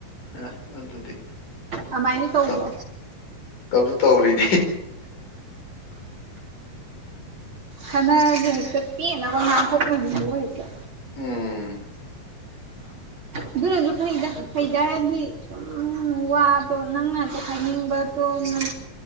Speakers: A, on the left (about 65°); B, on the right (about 35°).
A: ꯑꯁ ꯑꯗꯨꯗꯤ
B: ꯑꯗꯨꯃꯥꯏꯅ ꯇꯧꯕ꯭ꯔꯣ
A: ꯇꯧ ꯇꯧꯁꯨ ꯇꯧꯔꯤꯗꯤ
B: ꯍꯅ ꯍꯥꯏꯛꯇ ꯄꯤꯅ ꯃꯥꯁꯅ ꯍꯥꯏꯆ
A: ꯎꯝ
B: ꯑꯗꯨꯅꯁꯨ ꯐꯩꯗ
A: ꯑꯝꯇ
B: ꯐꯩꯗ ꯍꯥꯏꯔꯗꯤ ꯑꯗꯨꯝ ꯋꯥꯗꯣ ꯅꯪꯅ ꯍꯥꯏꯅꯤꯡꯕꯗꯣ ꯅꯪ